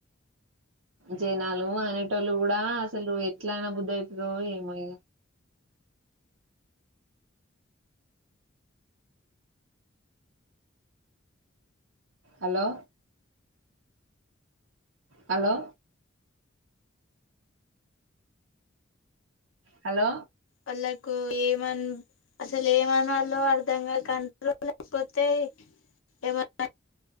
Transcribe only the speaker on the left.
వాళ్ళకు ఏమ అసలు ఏమనలో అర్ధంగాక అంటారో లేకపోతే ఏమన్నా